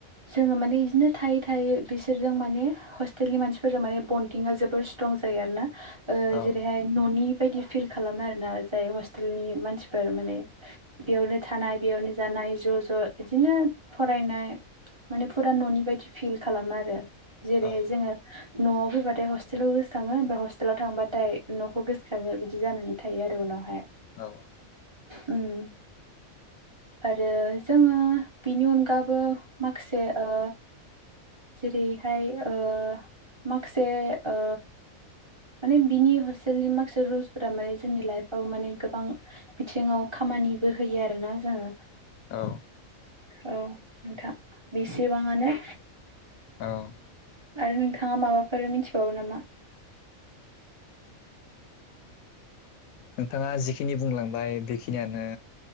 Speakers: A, on the right (about 20°); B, on the left (about 80°).
A: जोङो माने बिदिनो थायै थायै बिसोरजों माने हस्टेल नि मानसिफोरजों माने बन्डिंआ जबोर स्ट्रं जायो आरो ना ओ
B: औ
A: जेरैहाय न'नि बायदि फिल खालामो आरो ना जाय हस्टेलनि मानसिफोर माने बेयावनो थानाय बेयावनो जानाय ज' ज' बिदिनो फरायनाय माने फुरा न'नि बायदि फिल खालामो आरो जेरैहाय
B: औ
A: जोङो न'आव फैबाथाय हस्टेलाव गोसोखाङो मा हस्टेलाव थांबाथाय न'खौ गोसोखाङो बिदि जानानै थायो आरो उनावहाय।
B: औ
A: ओम आरो जोङो बिनि अनगाबो माखासे ओ जेरैहाय ओ माखासे ओ माने बिनि हस्टेलनि माखासे रुल्सफोरा माने जोंनि लाइफआव माने गोबां बिथिङाव खामानिबो होयो आरोना जोङो
B: औ
A: औ नोंथां बेसेबांआनो।
B: ओ
A: आरो नोंथाङा माबाफोर मिथिबावो नामा।
B: नोंथाङा जिखिनि बुंलांबाय बेखिनियानो।